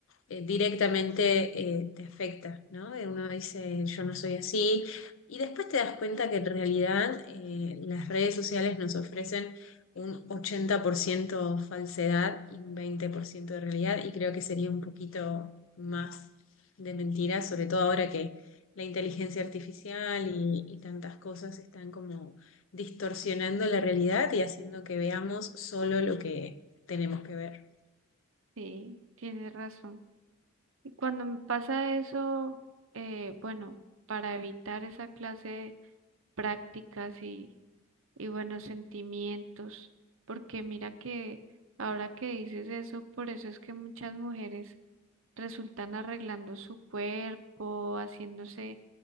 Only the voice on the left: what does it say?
eh, directamente eh, te afecta, ¿no? Y Uno dice, yo no soy así. Y después te das cuenta que en realidad eh, las redes sociales nos ofrecen un 80% falsedad y un 20% de realidad, y creo que sería un poquito más de mentira, sobre todo ahora que la inteligencia artificial y, y tantas cosas están como distorsionando la realidad y haciendo que veamos solo lo que tenemos que ver.